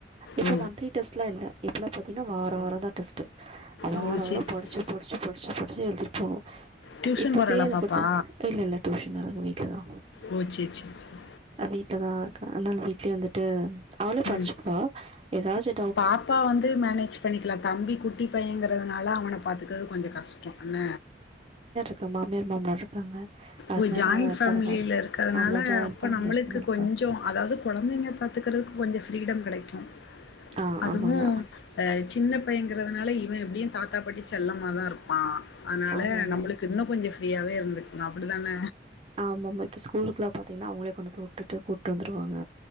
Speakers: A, on the right; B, on the left.
A: இப்ப
B: ஓ
A: மந்த்லி டெஸ்ட்லா இல்ல இப்பெல்லா பாத்திங்கனா வார வாரந் தா டெஸ்ட்டு அ வாரொ
B: ஓ சேரி
A: வரொ
B: சேரி
A: படுச்சு படுச்சு படுச்சு படுச்சு எழுதிட் போனு
B: டியூஷன்
A: இப்பவே
B: போறாளா
A: எத
B: பாப்பா
A: கொடுத்தே இல்ல இல்ல டியூஷன் <unintelligible> அங்க வீட்லதா
B: ஓ சேர் சேர் சேர்
A: அ வீடலதா <unintelligible> வந்துட்டு அவளே படுச்சுக்குவா
B: ம்
A: ஏதாச்சு
B: பாப்பா வந்து மேனேஜ் பண்ணிக்கலா தம்பி குட் குட்டி பையங்கிறதுனால அவன பாத்துக்குறது கொஞ்சொ கஷ்டொ என்ன
A: ங்க மாமியார் மாமனார் இருக்காங்க அதனால
B: ஓ ஜாயின் ஃபேமிலில
A: பரவால்ல
B: இருக்கதுனால
A: ஆமா ஜாயிண்ட்
B: அப்போ
A: ஃபேமிலி
B: நம்மளுக்கு
A: இருக்கனால
B: கொஞ்சொ
A: ப்ராப்ளம்
B: அதாவது கொழந்தைங்ள பா பாத்துக்கிறதுக்கு கொஞ்சொ ஃப்ரீடம் கெடைக்கு
A: ஆ
B: அதுவு
A: ஆமாங்க
B: சின்ன பையங்கிறதுனால இவெ எப்டியு தாத்தாப்பாட்டி செல்லமா தா இருப்பா அத்னால
A: ஆமாமா
B: நம்மளுக்கு இன்னொ கொஞ்சொ ஃப்ரீயாவே இருந்துக்லா அப்புடிதான
A: ஆமா ஆமா இப்போ ஸ்கூலுக்குலா பாத்திங்ன்னா அவுங்களே கொண்டு போய் விட்டுட்டு கூட்டு வந்துருவாங்க